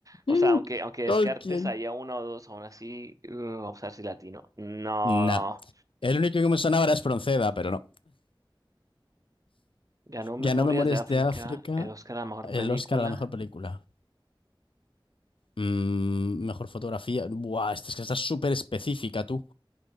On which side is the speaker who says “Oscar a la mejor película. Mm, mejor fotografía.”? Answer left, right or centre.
Left